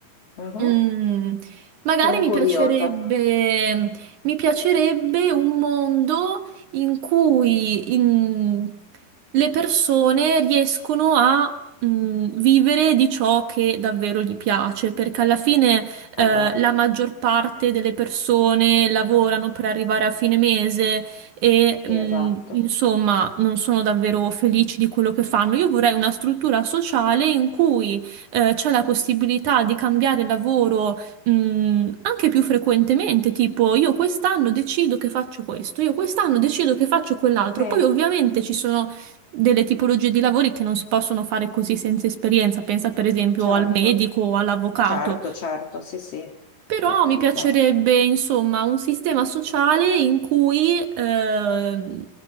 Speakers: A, on the left; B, on the right.
A: Mhm.
B: Mm, magari
A: Sono
B: mi
A: curiosa.
B: piacerebbe, mi piacerebbe un mondo in cui in- le persone riescono a mm, vivere di ciò che davvero gli piace, perché alla fine eh,
A: Eh beh,
B: la maggior parte delle persone lavorano per arrivare a fine mese e
A: sì,
B: mm,
A: esatto.
B: insomma non sono davvero felici di quello che fanno. Io vorrei una struttura sociale in cui eh, c'è la possibilità di cambiare lavoro, mh, anche più frequentemente, tipo io quest'anno decido che faccio questo, io quest'anno decido che faccio quell'altro.
A: Sì,
B: Poi ovviamente ci sono delle tipologie di lavori che non si possono fare così senza esperienza, pensa per esempio
A: certo,
B: al medico o all'avvocato.
A: certo, certo, sì, sì,
B: Però
A: per carità.
B: mi piacerebbe, insomma, un sistema sociale in cui, ehm,